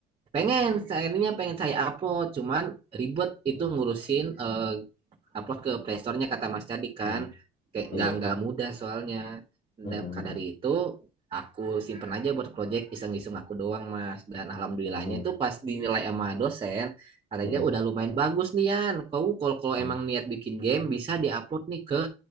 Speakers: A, on the right; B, on the left.
A: pengen akhirnya pengen saya upload, cuman ribet
B: hmm,
A: itu ngurusin eh, upload ke playstore-nya kata Mas Cadi kan
B: hmm.
A: kayak
B: Iya.
A: nggak nggak mudah soalnya dan
B: Hmm, hmm,
A: maka
B: hmm,
A: dari itu aku simpen aja buat project iseng-iseng aku doang mas dan alhamdulillahnya
B: hmm,
A: itu pas dinilai sama dosen katanya
B: hmm,
A: udah lumayan bagus nih Yan Kau kalau kalau
B: hmm,
A: emang niat bikin game bisa diupload nih ke